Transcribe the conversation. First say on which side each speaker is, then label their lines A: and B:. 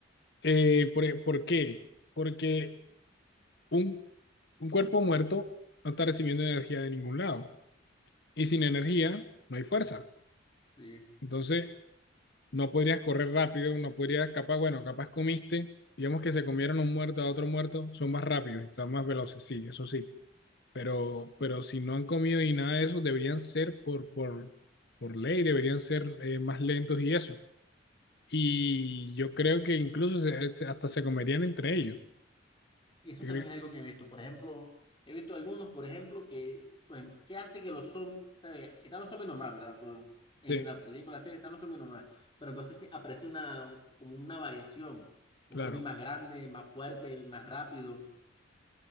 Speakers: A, on the left; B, on the left.
A: Eh, por, e- ¿por qué? Porque un, un cuerpo muerto no está recibiendo energía de ningún lado. Y sin energía no hay fuerza.
B: sí.
A: Entonces, no podrías correr rápido, no podrías, capaz, bueno, capaz comiste, digamos que se comieron un muerto a otro muerto, son más rápidos y están más veloces, sí, eso sí. Pero, pero si no han comido y nada de eso, deberían ser por, por, por ley, deberían ser eh, más lentos y eso. Y yo creo que incluso se- se- hasta se comerían entre ellos.
B: Y eso
A: Yo
B: también
A: creo-
B: es algo que he visto. Por ejemplo, he visto algunos, por ejemplo, que, pues, ¿qué hace que los zombies, sabe, están los zombies normales, ¿verdad? No, En
A: Sí,
B: la película, la serie, están los zombies normales. Pero entonces sí aparece una, como una variación. Un
A: claro.
B: zombie más grande, más fuerte, más rápido.